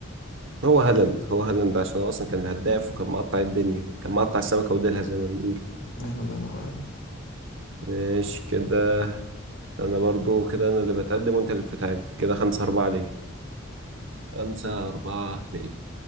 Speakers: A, on the right (about 60°); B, on the left (about 65°).
A: هو هالاند هو هالاند عشان هو أصلا كان الهداف وكان مقطع الدنيا يعني كان مقطع السمكة وديلها زي ما بنقول
B: أيوه الله ينور عليك،
A: ماشي كده أنا برضو كده أنا اللي بتقدم وأنت اللي بتتعادل كده خمسة أربعة ليه خمسة أربعة ليه